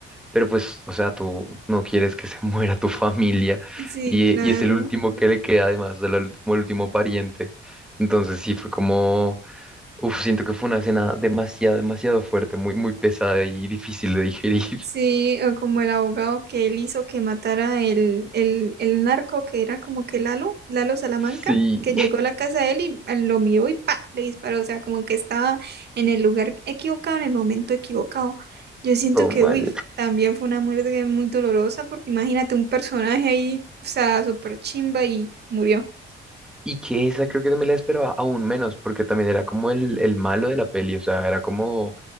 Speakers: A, in the centre; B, on the right.
A: Pero pues, o sea, tú no quieres que se <laughs> muera tu familia
B: Sí,
A: y,
B: claro.
A: y es el último que le queda, además, de lo- como el último pariente. Entonces sí, fue como, uf, siento que fue una escena demasiado, demasiado fuerte, muy, muy pesada y difícil de digerir. <laughs>
B: Sí, o como el abogado que él hizo que matara el, el, el narco que era como que Lalo, Lalo Salamanca,
A: Sí,
B: que llegó a la casa de él y ah, lo miró y ¡pa! le disparó, o sea, como que estaba en el lugar equivocado, en el momento equivocado. Yo siento
A: todo
B: que,
A: mal.
B: uy, también fue una muerte muy dolorosa porque imagínate un personaje ahí, o sea, súper chimba y murió.
A: Y que esa creo que también la esperaba aún menos, porque también era como el, el malo de la peli, o sea, era como,